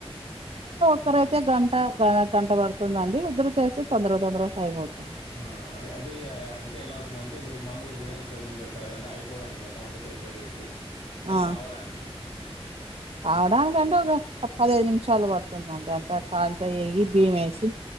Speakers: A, on the right; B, on the left.
A: ఒక్కర అయితే గంట గ గంట పడుతుందండి ఉద్దురు చేస్తే తొందరగా తొందర అయిపోతుంది
B: ఆ అదే అదే అంటే ఎలా ంటే ఇప్పుడు మామ్మల్కి బిర్యానీ షో మీ పెడతారు అదంటే అయిపోడా మత్తం అంత ప్రిపేర్ చేసి అది
A: ఆ
B: కావడానికి
A: అవడ వెంట అప్పదేదు షాలు పడుతుందండి అంత కాంత వేగి
B: ఆహా
A: బియ్యం వేసి